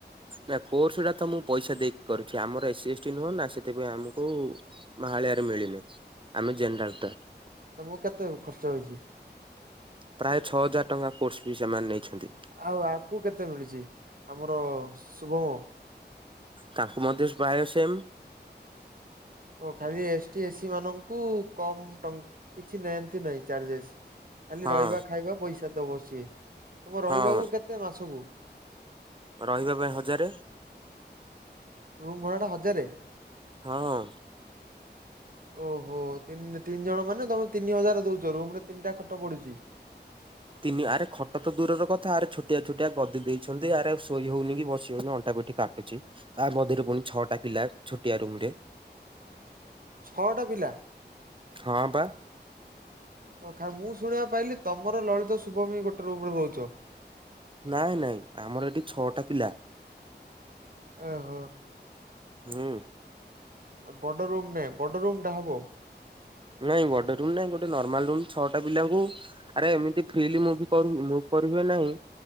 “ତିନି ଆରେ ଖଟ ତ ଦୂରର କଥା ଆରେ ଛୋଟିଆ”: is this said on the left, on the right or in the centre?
Right